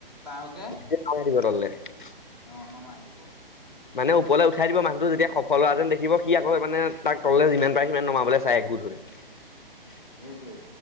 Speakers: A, in the centre; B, on the left.
A: তাকে
B: <unintelligible>
A: অ নমাই দিব
B: মানে ওপৰলৈ উঠাই দিব মানুহটো সফল হোৱা যেন দেখিব সি আকৌ মানে তাক তলে যিমান পাৰে সিমান নমাবলৈ চাই <inaudible>
A: সেইটোৱে